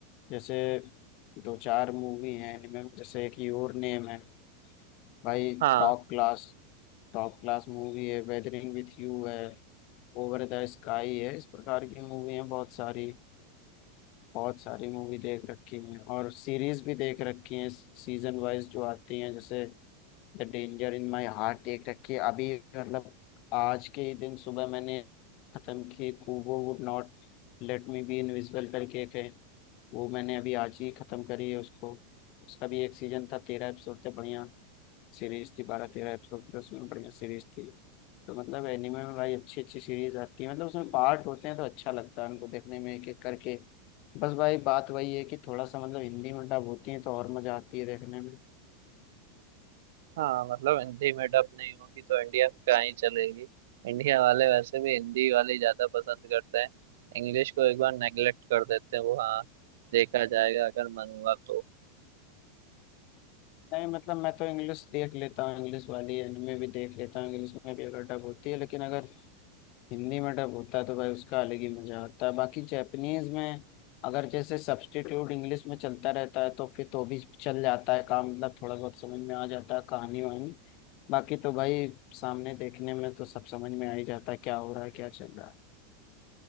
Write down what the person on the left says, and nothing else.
जैसे दो चार मूवी हैं एनिमे में जैसे एक योर नेम है भाई
top class Top class movie है वेदरिंग विथ यू है ओवर द स्काई है इस प्रकार की मूवी हैं बहुत सारी बहुत सारी मूवी देख रखी हैं और सीरीज भी देख रखी हैं सीजन वाइज जो आती हैं जैसे the danger in my heart देख रखी है अभी मतलब आज के ही दिन सुबह मैंने खत्म की Kubo would not let me be invisible करके एक है वो मैंने अभी आज ही खत्म करी है उसको उसका भी एक सीजन था तेरह एपिसोड थे बढ़िया सीरीज थी बारह तेरह एपिसोड थे उसमें बढ़िया सीरीज थी तो मतलब एनिमे में भाई अच्छी अच्छी सीरीज आती है मतलब उसमें पार्ट होते हैं तो अच्छा लगता है उनको देखने में एक एक करके बस भाई बात वही है कि थोड़ा सा मतलब हिंदी में डब होती है तो और मजा आती है देखने में
नहीं मतलब मैं तो इंग्लिश देख लेता हूँ इंग्लिश वाली एनिमे भी देख लेता हूँ इंग्लिश में भी अगर डब होती है लेकिन अगर हिंदी में डब होता है तो भाई उसका अलग ही मजा आता है बाकी जैपनीज में अगर जैसे सब्स्टिट्यूट इंग्लिश में चलता रहता है तो फिर तो भी चल जाता है काम मतलब थोड़ा बहुत समझ में आ जाता है कहानी वहानी बाकी तो भाई सामने देखने में तो सब समझ में आ ही जाता है क्या हो रहा है क्या चल रहा है